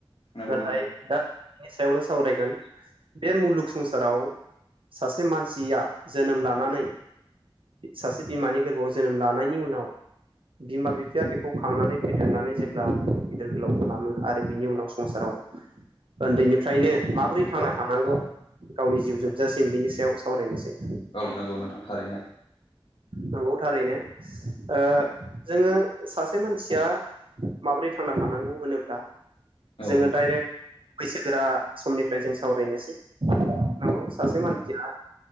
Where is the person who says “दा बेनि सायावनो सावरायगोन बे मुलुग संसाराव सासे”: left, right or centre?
Right